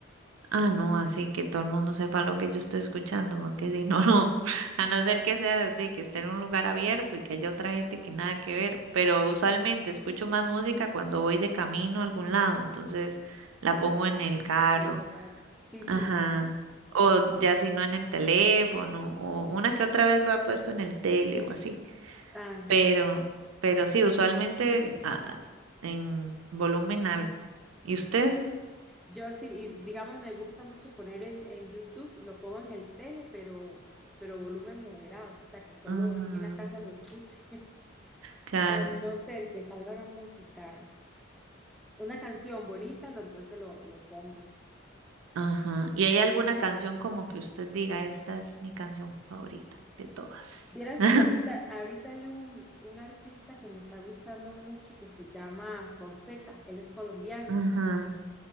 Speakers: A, on the right; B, in the centre.
A: Ah, no, así que todo el mundo sepa lo que yo estoy escuchando, porque si no, no, <laughs> a no ser que sea de que esté en un lugar abierto y que haya otra gente que nada que ver, pero usualmente escucho más música cuando voy de camino a algún lado, entonces la
B: Ah,
A: pongo
B: sí,
A: en el carro,
B: en el carro. Sí, sí.
A: ajá, o ya si no en el teléfono, o una que otra vez lo ha puesto en el tele o así,
B: Ah,
A: pero,
B: sí.
A: pero sí, usualmente ah, en volumen alto. ¿Y usted?
B: Yo sí, y digamos, me gusta mucho poner en, en YouTube, lo pongo en el tele, pero, pero volumen moderado, o sea, que solo
A: Ujú,
B: aquí en la casa lo escuche. <laughs>
A: claro.
B: A no ser que salga una música, una canción bonita, lo, entonces lo, lo pongo.
A: Ajá. ¿Y hay alguna canción como que usted diga, esta es mi canción favorita de todas?
B: Vieras
A: <laughs>
B: que ahorita, ahorita hay un, un artista que me está gustando mucho que se llama Fonseca, él es colombiano
A: Ajá.